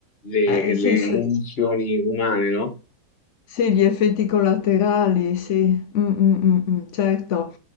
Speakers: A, on the left (about 35°); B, on the left (about 65°).
A: le,
B: Eh, sì,
A: le
B: s
A: condizioni umane, no?
B: Sì, gli effetti collaterali, sì. Mh, mh, mh, mh, certo.